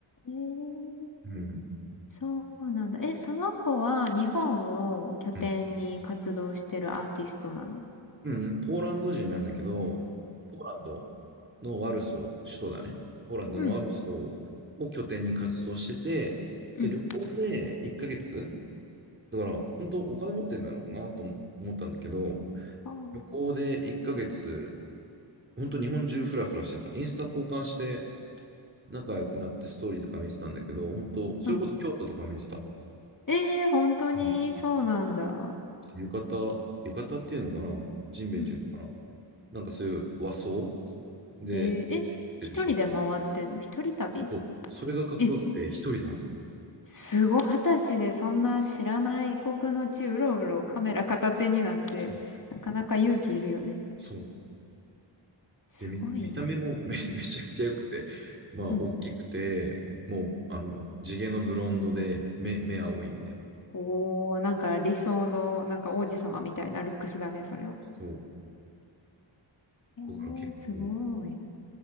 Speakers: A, on the left; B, on the right.
A: えー、
B: うん、
A: そうなんだ。え、その子は日本を拠点に活動してるアーティストなの
B: うん、うん、ポーランド人なんだけど、ポーランドのワルソー、首都だね。ポーランドのワルソーを拠点に活動してて、
A: うん、うん、
B: で、旅行で1ヶ月、だから、本当お金持ってんだろうなと思ったんだけど、
A: あー
B: 旅行で1ヶ月、本当日本中フラフラしてた。インスタ交換して、仲良くなってストーリーとか見てたんだけど、本当それこそ京都とかも見てた。
A: うん。ええー、本当に、
B: うん
A: そうなんだ。
B: 浴衣、浴衣っていうのかなジンベエっていうのかな
A: うん。
B: なんかそういう和装で、
A: えー、え、
B: てるしょ。
A: 一人で回ってんの一人旅
B: そうそれがかっこよくて、
A: え、
B: 一人なの。
A: すごい、二十歳でそんな知らない異国の地、うろうろカメラ片手になんて、
B: うん
A: なかなか勇気いるよね。
B: そう。
A: すごいな。
B: で、見、見た目もめ、<laughs> めちゃくちゃ良くて、まあ、大きくて、
A: うん。
B: もう、あの、地毛のブロンドで、目、目青いみたいな。
A: おー、なんか理想の、なんか王子様みたいなルックスだね、それは。
B: そ
A: えーすごい。
B: う。だから結構、